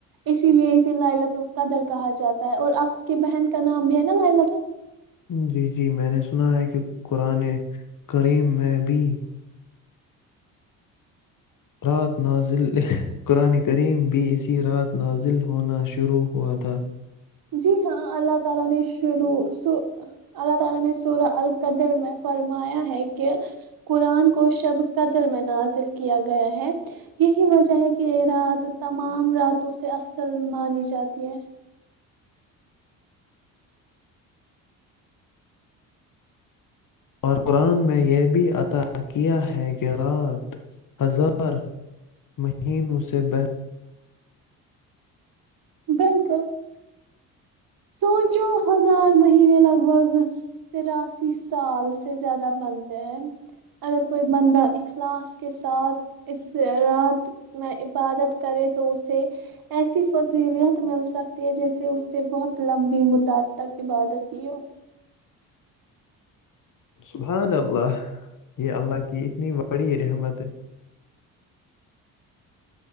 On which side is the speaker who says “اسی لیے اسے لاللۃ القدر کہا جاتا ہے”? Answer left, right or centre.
Right